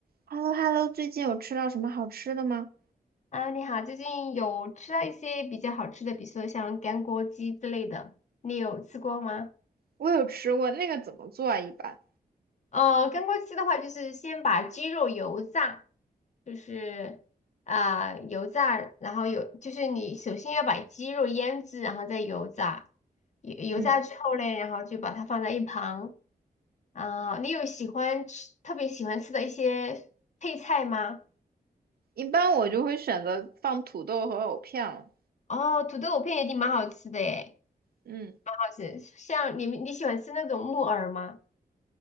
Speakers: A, on the right; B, on the left.
A: h e l l o h e l l o 最近有吃到什么好吃的吗？
B: 啊，你好，最近有吃到一些比较好吃的，比如说像干锅鸡之类的，你有吃过吗？
A: 我有吃过那个怎么做啊？一般，
B: 呃，干锅鸡的话，就是先把鸡肉油炸，就是啊、油炸，然后有就是你首先要把鸡肉腌制，然后再油炸，油油炸之后嘞，
A: 嗯，
B: 然后就把它放在一旁。啊、你有喜欢吃特别喜欢吃的一些配菜吗？
A: 一般我就会选择放土豆和藕片了。
B: 哦，土豆片也挺蛮好吃的诶。
A: 嗯，
B: 好吃。像你们你喜欢吃那种木耳吗？